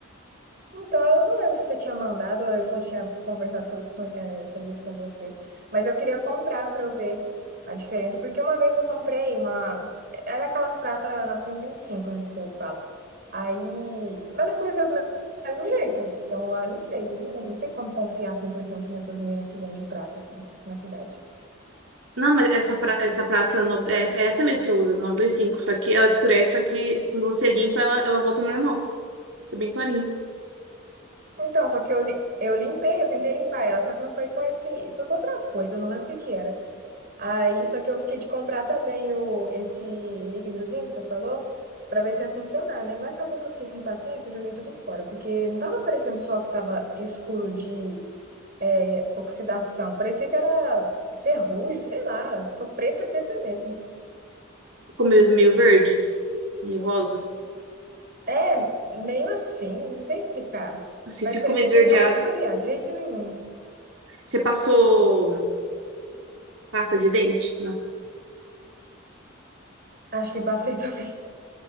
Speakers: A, on the right; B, on the right.
A: Então, eu não lembro se você tinha mandado ou eu só tinha conversado sobre, eh, sobre isso com você. Mas eu queria comprar para eu ver a diferença. Porque uma vez eu comprei uma. Era aquelas pratas 925, né? Que o povo fala. Aí. Mas ela escureceu do mesmo jeito. Então, eu não sei. Não, não tem como confiar 100% nessas meninas que vendem prata, assim, na cidade.
B: Não, mas essa, pra- essa prata nove- é, é essa mesmo que eu uso, nove dois cinco Só que ela escurece, só que quando você limpa, ela, ela volta ao normal. Fica bem clarinha.
A: Então, só que eu, li- eu limpei, eu tentei limpar ela, só que não foi com esse, foi com outra coisa, eu não lembro o que que era. Aí, só que eu fiquei de comprar também o, esse líquidozinho que você falou, pra ver se ia funcionar, né? Mas acabou que eu fiquei sem paciência, eu joguei tudo fora, porque não tava parecendo só que tava escuro de é, oxidação, parecia que era ferrugem, sei lá, ficou preta, preta mesmo.
B: Ficou meio, meio verde, meio rosa.
A: É, meio assim, não sei explicar,
B: Se
A: mas
B: ficou
A: parecia
B: meio esverdeado
A: que ele não ia clarear de jeito nenhum.
B: Você passou pasta de dente? Não.
A: Acho que passei <laughs> também.